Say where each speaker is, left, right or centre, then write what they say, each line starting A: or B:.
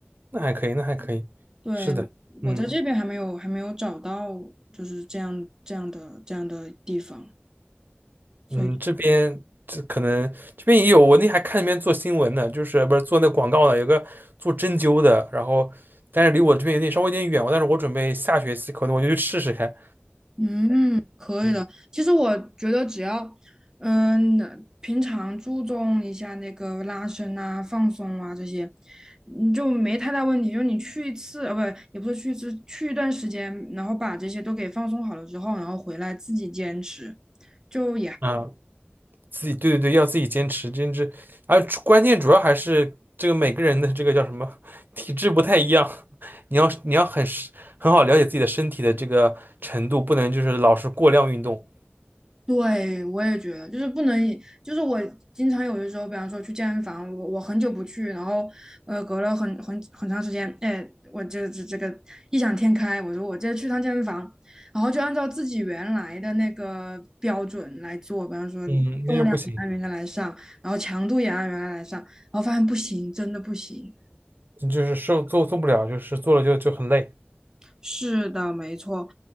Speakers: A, on the right; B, on the right.
A: 那还可以，那还可以。
B: 对，
A: 是的，
B: 我在这边还没有还没有找到，
A: 嗯。
B: 就是这样这样的这样的地方，所以
A: 嗯，这边这可能这边也有，我那还看那边做新闻呢，就是不是做那广告的，有个做针灸的，然后但是离我这边有点稍微有点远，但是我准备下学期可能我就去试试看。
B: 嗯，可以的。
A: 嗯
B: 其实我觉得只要嗯平常注重一下那个拉伸啊、放松啊这些，你就没太大问题。就是你去一次啊，不也不是去一次，去一段时间，然后把这些都给放松好了之后，然后回来自己坚持。就。
A: 啊，自己对对对，要自己坚持坚持，而主关键主要还是这个每个人的这个叫什么体质不太一样，<laughs> 你要你要很是很好了解自己的身体的这个程度，不能就是老是过量运动，
B: 对，我也觉得，就是不能以就是我经常有的时候，比方说去健身房，我我很久不去，然后呃，隔了很很很长时间，哎，我这这这个异想天开，我说我这去趟健身房，然后就按照自己原来的那个标准来做，比方说重量也按原来来上，
A: 嗯，那就不行，
B: 然后强度也按原来来上，然后发现不行，真的不行。
A: 就是受做做不了，就是做了就就很累。
B: 是的，没错，